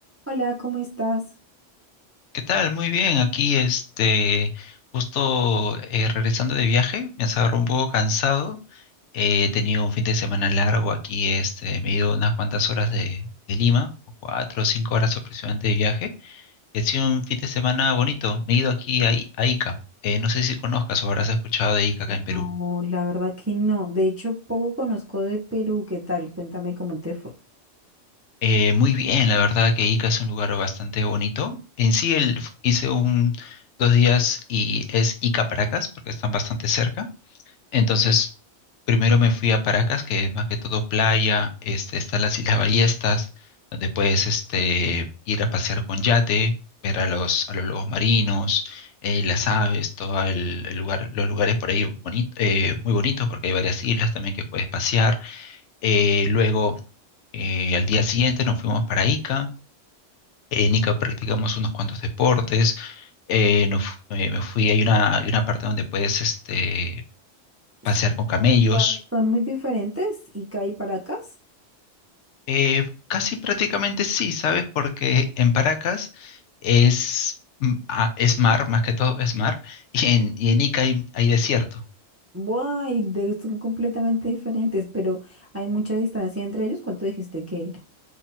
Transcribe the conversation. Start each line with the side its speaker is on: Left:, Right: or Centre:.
Right: Hola, ¿cómo estás?
Left: ¿Qué tal? Muy bien, aquí este, justo eh, regresando de viaje, me agarró un poco cansado. Eh, he tenido un fin de semana largo aquí, este, me he ido unas cuantas horas de, de Lima, como cuatro o cinco horas aproximadamente de viaje. Y Ha sido un fin de semana bonito. Me he ido aquí a, I- a Ica. Eh, no sé si conozcas o habrás escuchado de Ica acá en Perú.
Right: No, la verdad que no. De hecho, poco conozco de Perú. ¿Qué tal? Cuéntame cómo te fue.
Left: Eh, muy bien, la verdad que Ica es un lugar bastante bonito. En sí, el- hice un, dos días y es Ica Paracas, porque están bastante cerca. Entonces, primero me fui a Paracas, que es más que todo playa, este, están las Islas Ballestas, donde puedes este, ir a pasear con yate, ver a los, a los lobos marinos, eh, las aves, todo el, el lugar, los lugares por ahí bonito, eh, muy bonitos, porque hay varias islas también que puedes pasear. Eh, luego, eh, al día siguiente nos fuimos para Ica. En Ica practicamos unos cuantos deportes. Eh, nos fu- eh, me fui, hay una, hay una parte donde puedes este,
Right: ¿Son,
Left: pasear con camellos
Right: son- son muy diferentes Ica y Paracas?
Left: Eh, casi prácticamente sí, ¿sabes? Porque en Paracas es, mm, ah, es mar, más que todo es mar, <laughs> y en, y en Ica hay, hay desierto.
Right: Buah, y de- son completamente diferentes, pero hay mucha distancia entre ellos. ¿Cuánto dijiste que era?